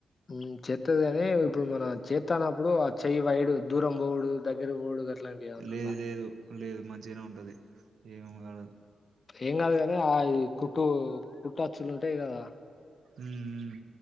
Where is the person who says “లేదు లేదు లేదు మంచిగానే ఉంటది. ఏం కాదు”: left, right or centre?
Right